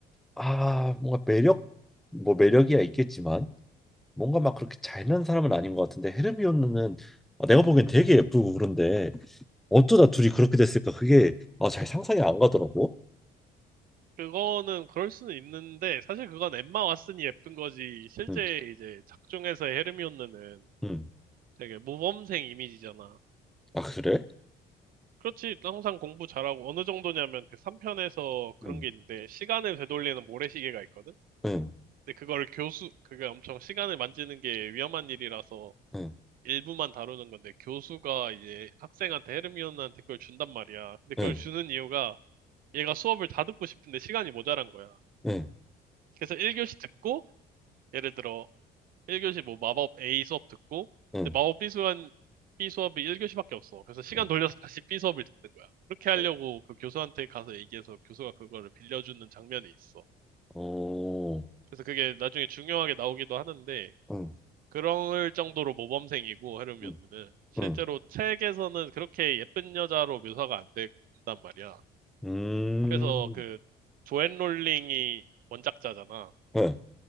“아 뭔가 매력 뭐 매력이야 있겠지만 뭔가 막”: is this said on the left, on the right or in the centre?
Centre